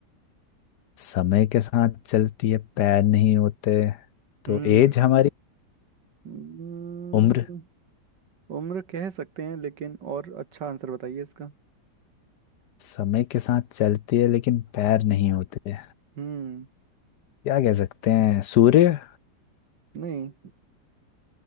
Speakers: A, on the left (about 75°); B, on the right (about 80°).
A: समय के साथ चलती है पैर नहीं होते तो
B: हम्म
A: एज हमारी
B: हम्म,
A: उम्र
B: उम्र कह सकते हैं लेकिन और अच्छा आंसर बताइए इसका
A: समय के साथ चलती है लेकिन पैर नहीं होते
B: हम्म
A: क्या कह सकते हैं सूर्य
B: नहीं